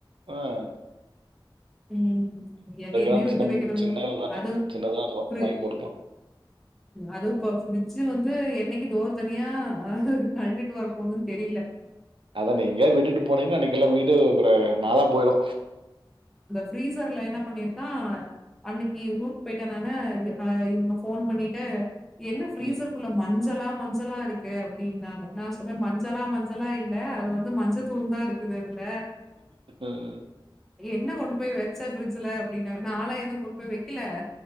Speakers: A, on the right (about 80°); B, in the centre.
A: ஆஹ்
B: உம் எதயுமே
A: நம்ம
B: விட்டு
A: சின்ன
B: வக்கிறதில்ல
A: சின்னது தானே
B: அதுவும்
A: சின்னதாக
B: ஃப்ரி
A: வாங்கி போட்டுக்கலாம்
B: அதுவும் இப்ப ஃப்ரிட்ஞ் வந்து ஏ என்னைக்கு டோர் தனியா கழண்டிட்டு வர போதுன்னு தெரியல
A: அதான் நீங்க விட்டுட்டு போனீங்க அன்னக்கி எல்லா வீடு அப்றோ நாளா போயிறு
B: பிரீசர்ல என்ன பண்ணிருக்கான் அன்னைக்கு ஊக்கு போயிட்டேன் நானு இவங்க போன் பண்ணிட்டு. என்ன பிரீசர்கக்குள்ள
A: ம்
B: மன்னு. துலா மஞ்சா மஞ்சளா இருக்கு அப்படின்னாங்க நான் சொன்னேன் மஞ்சளா மஞ்சளா இல்ல அது வந்து. மஞ்சத்தூள்
A: ம்
B: தான் இருக்குது அதுல.
A: ம்.
B: என்ன கொண்டு போய் வெச்ச பிரிட்ஜ்ல. அப்படனாங்க நாளா எதுவும் கொண்டு போய் வைக்கல.